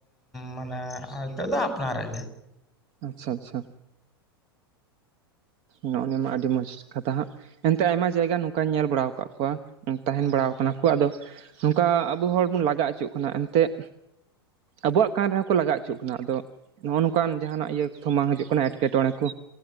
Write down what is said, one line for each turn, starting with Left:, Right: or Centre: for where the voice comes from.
Centre: ᱢᱟᱱᱮ ᱱᱤᱛᱚᱜ ᱫᱚ ᱟᱯᱱᱟᱨᱟᱜ ᱜᱮ᱾
Right: ᱟᱪᱪᱷᱟ ᱟᱪᱪᱷᱟ᱾ ᱱᱚᱜᱼᱚ ᱱᱤᱭᱟᱹ ᱢᱟ ᱟᱹᱰᱤ ᱢᱚᱸᱡ ᱠᱟᱛᱷᱟ ᱦᱟᱸᱜ ᱮᱱᱛᱮᱜ ᱟᱭᱢᱟ ᱡᱟᱭᱜᱟ ᱱᱚᱝᱠᱟᱧ ᱧᱮᱞ ᱵᱟᱲᱟ ᱟᱠᱟᱜ ᱠᱚᱣᱟ ᱛᱟᱸᱦᱮᱱ
Centre: ᱦᱩᱸ
Right: ᱵᱟᱲᱟ ᱠᱟᱱᱟ ᱠᱚ, ᱟᱫᱚ ᱱᱚᱝᱠᱟ ᱟᱵᱚ ᱦᱚᱲ ᱵᱚᱱ ᱞᱟᱜᱟ ᱦᱚᱪᱚᱜ ᱠᱟᱱᱟ ᱮᱱᱛᱮᱜ ᱟᱵᱚᱣᱟᱜ ᱠᱟᱱ ᱨᱮᱦᱚᱸ ᱠᱚ ᱞᱟᱜᱟ ᱦᱚᱪᱚᱜ ᱠᱟᱱᱟ, ᱟᱫᱚ ᱱᱚᱜ-ᱚ ᱱᱚᱝᱠᱟᱱ ᱡᱟᱸᱦᱟᱱᱟᱜ ᱤᱭᱟᱹ ᱠᱚᱦᱚᱸ ᱵᱟᱝ ᱦᱤᱡᱩᱜ ᱠᱟᱱᱟ ᱮᱴᱠᱮ ᱴᱚᱬᱮ ᱠᱚ᱾